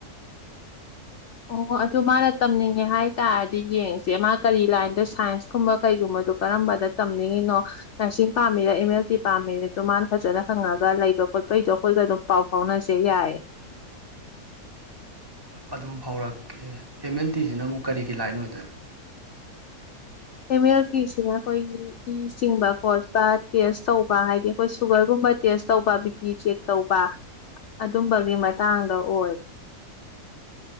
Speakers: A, on the left; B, on the right.
A: ꯑꯣ ꯑꯗꯨ ꯃꯥꯅ ꯇꯝꯅꯤꯡꯉꯦ ꯍꯥꯏ ꯇꯥꯔꯗꯤ ꯌꯦꯡꯁꯦ ꯃꯥ ꯀꯔꯤ ꯂꯥꯏꯟꯗ ꯁꯥꯏꯟꯁꯀꯨꯝꯕ ꯀꯩꯒꯨꯝꯕꯗꯣ ꯀꯔꯝꯕꯗ ꯇꯝꯅꯤꯡꯉꯤꯅꯣ ꯅꯔꯁꯤꯡ ꯄꯥꯝꯃꯤꯔ ꯑꯦꯝ ꯑꯦꯜ ꯇꯤ ꯄꯥꯝꯃꯤꯔꯗꯣ ꯃꯥꯅ ꯐꯖꯅ ꯍꯪꯉꯒ ꯂꯩꯕ ꯈꯣꯠꯄꯒꯤꯗꯣ ꯑꯩꯈꯣꯏꯗ ꯑꯗꯨꯝ ꯄꯥꯎ ꯐꯥꯎꯅꯁꯦ ꯌꯥꯏ
B: ꯑꯗꯨꯝ ꯐꯥꯎꯔꯛꯀꯦ ꯑꯦꯝ ꯑꯦꯜ ꯗꯤꯁꯤꯅ ꯑꯃꯨꯛ ꯀꯔꯤꯒꯤ ꯂꯥꯏꯟ ꯑꯣꯏꯗꯣꯏꯅꯣ
A: ꯑꯦꯝ ꯑꯦꯜ ꯇꯤꯁꯤꯅ ꯑꯩꯈꯣꯏꯒꯤ ꯏ ꯆꯤꯡꯕ ꯈꯣꯠꯄ ꯇꯦꯁ ꯇꯧꯕ ꯍꯥꯏꯗꯤ ꯑꯩꯈꯣꯏ ꯁꯨꯒꯔꯒꯨꯝꯕ ꯇꯦꯁ ꯇꯧꯕ ꯕꯤ ꯄꯤ ꯆꯦꯛ ꯇꯧꯕ ꯑꯗꯨꯝꯕꯒꯤ ꯃꯇꯥꯡꯗ ꯑꯣꯏ